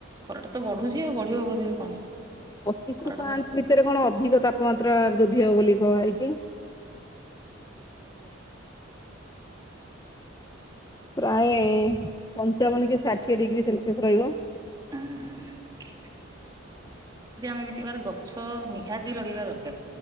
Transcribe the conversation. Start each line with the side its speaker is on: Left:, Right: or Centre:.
Right: ଖରା ଟା ତ ବଢୁଛି ଆଉ ବଢିବ ବୋଧେ କଣ
Left: ପଚିଶରୁ
Right: ଖରାଟା
Left: ପାଞ୍ଚ ଏଥିରେ କଣ ଅଧିକ ତାପମାତ୍ରା ବୃଦ୍ଧି ହବ ବୋଲି କୁହାହୋଇଚି। ପ୍ରାୟେ ପଞ୍ଚାବନ କି ଷାଠିଏ ଡିଗ୍ରୀ ସେଲସିଅସ ରହିବ।
Right: ଏଁହ
Left: <inaudible>
Right: ଯେ ଆମେ ବି ଟିକାର ଗଛ ନିହାତି ଲଗେଇବା ଦରକାର